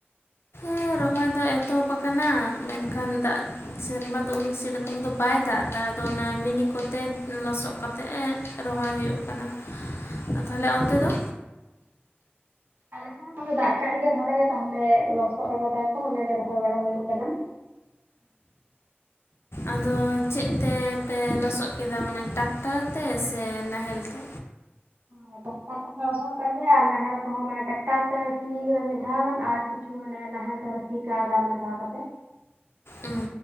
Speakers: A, on the left; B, on the right.
A: ᱦᱮᱸ ᱨᱚᱦᱚᱭ ᱫᱚ ᱮᱛᱚᱦᱚᱵ ᱟᱠᱟᱱᱟ ᱢᱮᱱᱠᱷᱟᱱ ᱫᱟᱜ ᱥᱮᱨᱢᱟ ᱫᱚ ᱩᱱ ᱥᱮᱞᱮᱫ ᱠᱷᱚᱱ ᱫᱚ ᱵᱟᱭ ᱫᱟᱜᱫᱟ ᱟᱫᱚ ᱚᱱᱟ ᱢᱤᱱᱤ ᱠᱚᱛᱮ ᱞᱚᱥᱚᱜ ᱠᱟᱛᱮ ᱮ ᱨᱚᱦᱚᱭ ᱦᱩᱭᱩᱜ ᱠᱟᱱᱟ᱾ ᱟ ᱛᱟᱦᱞᱮ ᱚᱱᱛᱮ ᱫᱚ?
B: ᱟᱞᱮ ᱥᱮᱜ ᱫᱚᱢᱮ ᱫᱟᱜ ᱠᱟᱜ ᱜᱮ ᱵᱷᱟᱞᱮ ᱜᱮ ᱛᱟᱦᱞᱮ ᱞᱚᱥᱚᱫ ᱠᱟᱫᱟᱭ ᱛᱚ ᱚᱱᱟᱜᱮ ᱨᱚᱦᱚᱭ ᱵᱟᱲᱟ ᱦᱩᱭᱩᱜ ᱠᱟᱱᱟ᱾
A: ᱟᱫᱚ ᱪᱮᱜ ᱛᱮᱯᱮ ᱞᱚᱥᱚᱜ ᱠᱮᱫᱟ ᱢᱟᱱᱮ ᱴᱟᱠᱴᱟᱨ ᱛᱮ ᱥᱮ ᱱᱟᱦᱮᱞ ᱛᱮ?
B: ᱦᱮᱸᱛᱚ ᱟᱨ ᱛᱮᱦᱚᱸ ᱞᱚᱥᱚᱜ ᱠᱟᱜ ᱜᱮᱭᱟ ᱟᱨ ᱱᱟᱦᱮᱞ ᱠᱚᱦᱚᱸ ᱢᱟᱱᱮ ᱴᱮᱠᱴᱟᱨ ᱥᱤ ᱠᱟᱫᱟ ᱢᱤᱫ ᱫᱷᱟᱣ ᱜᱟᱱ ᱟᱨ ᱠᱤᱪᱷ ᱢᱟᱱᱮ ᱱᱟᱦᱮᱞ ᱛᱮᱦᱚᱸ ᱞᱮ ᱥᱤ ᱠᱟᱣᱫᱟ ᱟᱨ ᱢᱤᱫᱫᱷᱟᱣ ᱠᱟᱛᱮᱜ᱾
A: ᱩᱸ